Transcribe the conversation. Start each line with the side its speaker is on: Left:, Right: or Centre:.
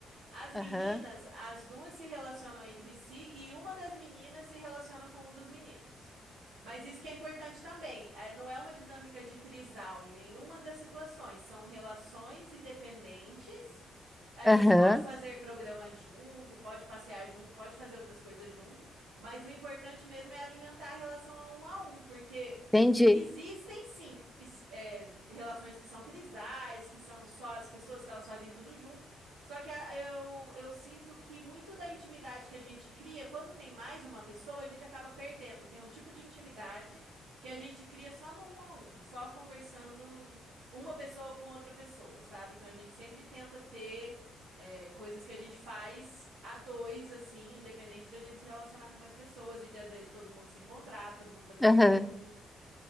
Right: As
Centre: Aham,
Right: meninas, as duas se relacionam entre si e uma das meninas se relaciona com um dos meninos. Mas isso que é importante também, é, não é uma dinâmica de trisal em nenhuma das situações, são relações independentes. A
Centre: aham,
Right: gente pode fazer programa junto, pode passear junto, pode fazer outras coisas junto, mas o importante mesmo é alimentar a relação a um a um, porque
Centre: entendi.
Right: existem sim es- é, relações que são trisais, que são só as pessoas que elas fazem tudo junto. Só que a- eu, eu sinto que muito da intimidade que a gente cria, quando tem mais uma pessoa, a gente acaba perdendo. Tem um tipo de intimidade que a gente cria só no um a um, só conversando uma pessoa com outra pessoa, sabe? Então a gente sempre tenta ter é, coisas que a gente faz a dois, assim, independente da gente se relacionar com mais pessoas e de às vezes todo mundo se encontrar, todo mundo fazer
Centre: Aham,
Right: coisa junto.